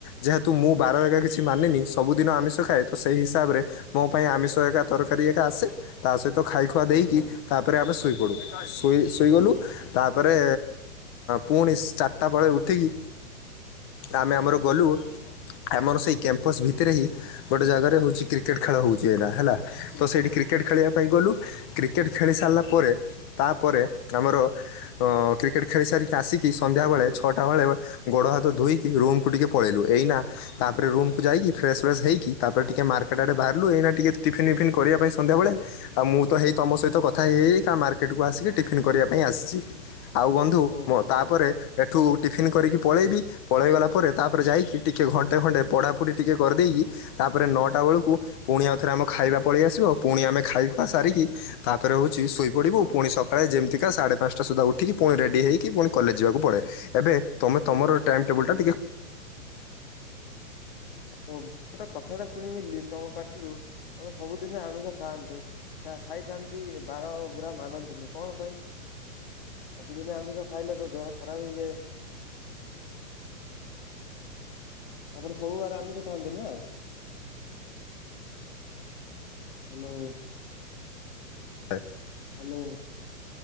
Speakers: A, on the left; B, on the left.
A: ଯେହେତୁ ମୁଁ ବାର ହରିକା କିଛି ମାନେନି ସବୁଦିନ ଆମିଷ ଖାଏ ତ ସେହି ହିସାବରେ ମୋ ପାଇଁ ଆମିଷ ଏକା ତରକାରୀ ଏକା ଆସେ। ତା ସହିତ ଖାଇଖୁଆ
B: ଓହୋ।
A: ଦେଇକି ତା ତାପରେ ଶୋଇ ପଡ଼ୁ, ଶୋଇ ଶୋଇ ଗଲୁ
B: ଓ
A: ତା ତା ପରେ ପୁଣି ଚାରିଟା ବେଳେ ଉଠିକି ଆମେ ଆମର ଗଲୁ। ଆମର ସେଇ କ୍ୟାମ୍ପସ ଭିତରେ ହିଁ ଗୋଟେ ଜାଗାରେ ହଉଛି। କ୍ରିକେଟ୍ ଖେଳ ହେଉଛି ଏଇନା ହେଲା
B: କ୍ରିକେଟ
A: ତ ସେଇଠି କ୍ରିକେଟ୍ ଖେଳିବା ପାଇଁ ଗଲୁ କ୍ରିକେଟ୍ ଖେଳି ସାରିଲା ପରେ ତାପରେ ଆମର ଅ କ୍ରିକେଟ ଖେଳି ସାରିକି ଆସିକି କି ସନ୍ଧ୍ୟାବେଳେ ଛଅଟା ବେଳେ ଗୋଡ଼ ହାତ ଧୋଇକି ରୁମ୍ କୁ ଟିକେ ପଳେଇଲୁ ଏଇନା ତା ପରେ ରୁମ୍ କୁ ଯାଇକି ଫ୍ରେଶସ୍ ଫ୍ରେଶସ୍ ହେଇକି ତାପରେ ଟିକିେ ମାର୍କେଟ ଆଡ଼େ ବାହାରିଲ ଏଇନା ଟିକେ ଟିଫିନ୍ ଫିପିନ୍ କରିବା ପାଇଁ ସନ୍ଧ୍ୟାବେଳେ ଆଉ ମୁଁ ତ ହେଇ ତମ ସହିତ କଥା ହେଇ ହେଇକା ମାର୍କେଟକୁ ଆସିକି ଟିଫିନ୍ କରିବା ପାଇଁ ଆସିଛି। ଆଉ ବନ୍ଧୁ
B: ଓହୋ
A: ମ ତାପରେ ଏଠୁ ଟିଫିନ୍ କରିକି ପଳେଇବି ପଳେଇଗଲା ପରେ ତାପରେ ଯାଇକି ଟିକେ ଘଣ୍ଟେ ଘଣ୍ଟେ ପଢାପଢି ଟିକେ କରି ଦେଇକି ତାପରେ ନଅଟା ବେଳକୁ ପୁଣି ଆଉଥରେ ଆମେ ଖାଇବା ପଳେଇ ଆସିବ ଆଉ। ପୁଣି ଆମେ ଖାଇ ଖୁଆ ସାରିକି ତାପରେ ହେଉଛି ଶୋଇପଡ଼ିବ
B: ଓହୋ
A: ପୁଣି ସକାଳେ ଯେମିତିକା ସାଢ଼େ ପାଞ୍ଚଟା ସୁଦ୍ଧା ଉଠୁ ଟିକଏ ପୁଣି ରେଡ଼ି ହୋଇକି ପୁଣି କଲେଜ ଯିବାକୁ ପଡ଼େ ଏବେ ତୁମେ ତମର ଟାଇମ୍ ଟେବଲ ଟା ଟିକେ
B: ଓ ମୁଁ ଗୋଟେ କଥାଟା ଶୁଣିବି ତମ ପାଟିରୁ ତମେ ସବୁଦିନ ଆମିଷ ଖାଆନ୍ତୁ। ଖା-ଖାଇଥାନ୍ତି ବାର ପୁରା ମାନନ୍ତିନି କଣ ପାଇଁ? ସବୁଦିନେ ଆମିଷ ଖାଇଲେ ତ ଦେହ ଖରାପ ହେଇଯାଏ। ଆପଣ ସବୁ ବାରେ ଆମିଷ ଖାଆନ୍ତି ନା। ହ୍ୟାଲୋ।
A: <unintelligible>
B: ହ୍ୟାଲୋ।